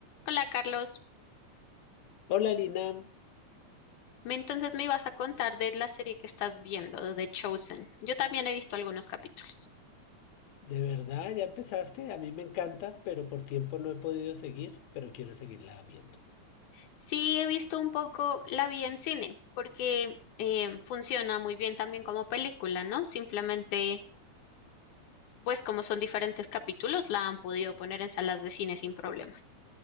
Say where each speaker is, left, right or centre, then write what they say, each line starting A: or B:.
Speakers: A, on the left; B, on the left.
A: Hola Carlos,
B: Hola Lina,
A: Me- entonces me ibas a contar de la serie que estás viendo, de The Chosen. Yo también he visto algunos capítulos.
B: de verdad ya empezaste, a mí me encanta, pero por tiempo no he podido seguir, pero quiero seguirla viendo.
A: Sí, he visto un poco, la vi en cine, porque eh, funciona muy bien también como película, ¿no? Simplemente, pues como son diferentes capítulos, la han podido poner en salas de cine sin problemas.